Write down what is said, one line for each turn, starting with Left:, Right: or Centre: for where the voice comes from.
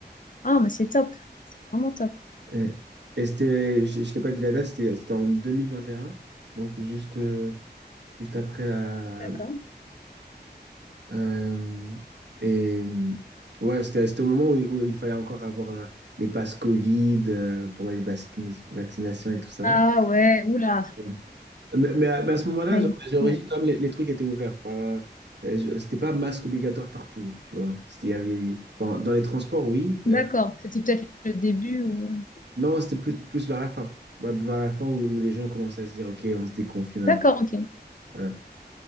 Left: Ah, mais c'est top, vraiment top.
Right: Ouais. Et c'était, je, je t'ai pas dit la date, c'était c'était en 2021, donc juste, euh, juste après la.
Left: D'accord.
Right: Euh, et euh, ouais, c'était c'était au moment où, il où il fallait encore avoir euh, les passes Covid euh, pour les vaccina- vaccinations et tout ça.
Left: Ah ouais, oula.
Right: Ouais. Mais, mais à, mais à ce moment-là,
Left: Aïe.
Right: genre, j'ai réussi
Left: Ouais.
Right: quand même, les, les trucs étaient ouverts. Enfin, euh, je- c'était pas masque obligatoire partout, tu vois. C'était, il y avait, enfin, dans les transports, oui.
Left: D'accord,
Right: euh,
Left: c'était peut-être le début ou...
Right: Non, c'était plus, plus vers la fin. Ouais, Vers la fin où, où les gens commencent à se dire, OK, on se déconfine un
Left: D'accord,
Right: peu.
Left: ok.
Right: Voilà.